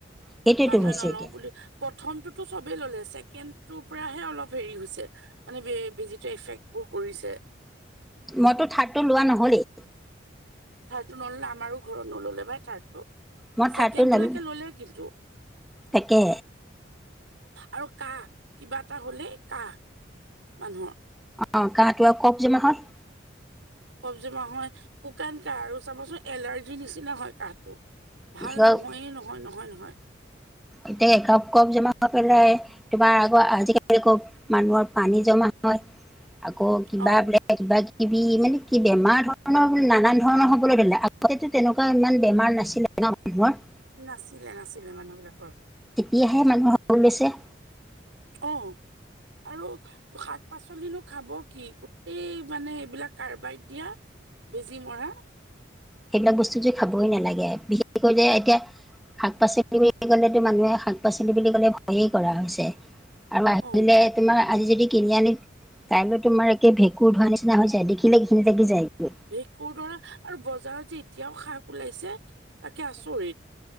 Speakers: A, in the centre; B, on the right.
A: সেইটোৱেতো
B: মানুহে
A: হৈছে
B: নলওঁ
A: এতিয়া
B: বুলি, প্ৰথমটোতো চবেই ললে ছেকেণ্ডটোৰ পৰাহে অলপ হেৰি হৈছে। মানে বে বেজিটোৱে এফেক্ট বোৰ কৰিছে।
A: মইতো থাৰ্ডটো লোৱা নহলেই।
B: থাৰ্ডটো নল'লে আমাৰো ঘৰত নল'লে পাই থাৰ্ডটো।
A: মই
B: ছেকেণ্ডটোলৈকে
A: থাৰ্ডটো নল
B: ল'লে কিন্তু।
A: তাকে
B: আৰু কাহ কিবা এটা হ'লেই কাহ মানুহৰ।
A: অঁ কাহঁটো আৰক কফ জমা হয়।
B: কফ্‌ জমা হয়, শুকান কাঁহ আৰু চাবচোন এলাৰ্জিৰ নিচিনা হয় কাঁহটো। ভাল
A: এতিয়া
B: নহয়েই নহয় নহয় নহয়।
A: এতিয়া কফ্‌ কফ্‌ জমা কৰি পেলাই কিবাৰ আকৌ আজিকালি মানুহৰ পানী জমা হয় আকৌ কিবা
B: অ
A: বোলে কিবা কিবি মানে কি বেমাৰ ধৰণৰ নানান ধৰণৰ হ'বলৈ ধৰিলে আগতেতো তেনেকুৱা ইমান বেমাৰ নাছিলে। ন মানু্হৰ
B: নাছিলে নাছিলে মানুহ বিলাকৰ।
A: এতিয়াহে মানুহৰ হ'বলৈ লৈছে।
B: অঁ আৰু শাক পাচলিনো খাব কি, গোটেই মানে এইবিলাক কাৰবাইত দিয়া। বেজী মৰা।
A: সেইবিলাক বস্তু যে খাবই নালাগে, বিশেষকৈ যে এতিয়া শাক পাচলি বুলি কলেতো মানুহে শাক পাচলি বুলি কলে ভয়েই কৰা হৈছে। আৰু আহিলে
B: অ
A: তোমাৰ আজি যদি কিনি আনে, কাইলে তোমাৰ একে ভেঁকুৰ ধোৱা নিচিনা হৈ যায় দেখিলে ঘিণ লাগি যায়গৈ।
B: ভেকুৰ দাৰে আৰু বজাৰত যে এতিয়াও শাক ওলাইছে তাকে আচৰিত।